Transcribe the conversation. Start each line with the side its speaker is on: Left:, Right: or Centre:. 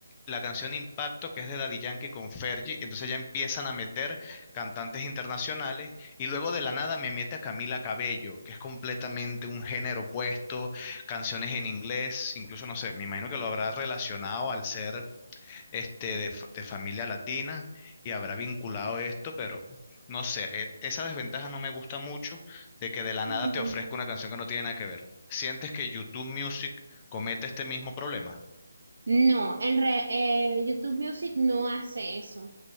Left: la canción Impacto, que es de Daddy Yankee con Fergie, y entonces ya empiezan a meter cantantes internacionales, y luego de la nada me mete a Camila Cabello, que es completamente un género opuesto, canciones en inglés, incluso no sé, me imagino que lo habrá relacionado al ser este, de, fa- de familia latina y habrá vinculado esto, pero no sé, e- esa desventaja no me gusta mucho de que de la nada
Right: Mm,
Left: te ofrezca una canción que no tiene nada que ver. ¿Sientes que YouTube Music comete este mismo problema?
Right: No, en re- eh, YouTube Music no hace eso.